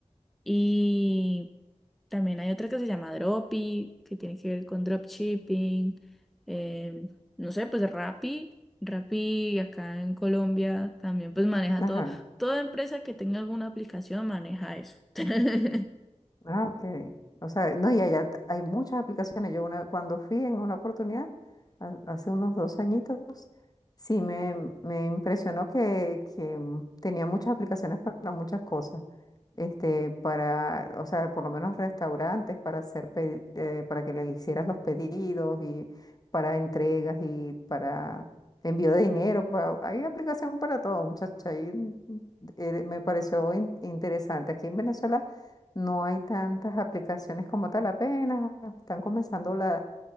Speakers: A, in the centre; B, on the left (about 30°).
A: Y también hay otra que se llama Dropi, que tiene que ver con dropshipping. em, no sé, pues Rappi. Rappi acá en Colombia también pues maneja
B: ajá.
A: todo. Toda empresa que tenga alguna aplicación maneja eso. <laughs>
B: Ah, ok. O sea, no, y allá t- hay muchas aplicaciones. Yo una, cuando fui en una oportunidad, ha- hace unos dos añitos, sí me, me impresionó que, que tenía muchas aplicaciones para muchas cosas. Este, para, o sea, por lo menos restaurantes para hacer, pe- eh, para que le hicieras los pedidos y para entregas y para envío de dinero. pa- hay aplicación para todo, muchacha. Y mm, eh, me pareció in- interesante. Aquí en Venezuela. No hay tantas aplicaciones como tal, apenas están comenzando la,